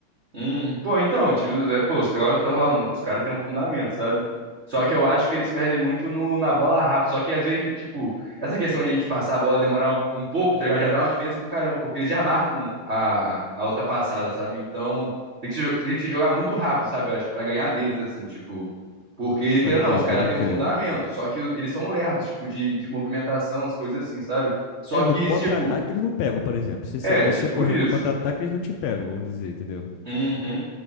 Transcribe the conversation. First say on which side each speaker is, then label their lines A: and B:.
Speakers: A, on the right; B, on the left.
A: Hum, pô, então, o time do Zé, pô, os caras tá falando, os caras têm um fundamento, sabe? Só que eu acho que eles perdem muito no, na bola rápida. Só que às vezes, tipo, essa questão de a gente passar a bola e demorar um, um pouco, tá ligado? Já dá uma diferença do caramba, porque eles já marcam a, a outra passada, sabe? Então, tem que, se, tem que se jogar muito rápido, sabe? Eu acho que pra ganhar deles, assim, tipo. Porque ele querendo,
B: Pode
A: ou
B: crer,
A: não, os
B: pode
A: caras têm
B: crer.
A: um fundamento, só que o- eles são lerdos, tipo, de, de movimentação, as coisas assim, sabe? Só
B: É, no
A: que,
B: contra-ataque
A: tipo,
B: eles não pegam, por exemplo. Se
A: é,
B: se você
A: tipo
B: correndo
A: isso.
B: no contra-ataque, eles não te pegam, vamos dizer, entendeu?
A: Uhum.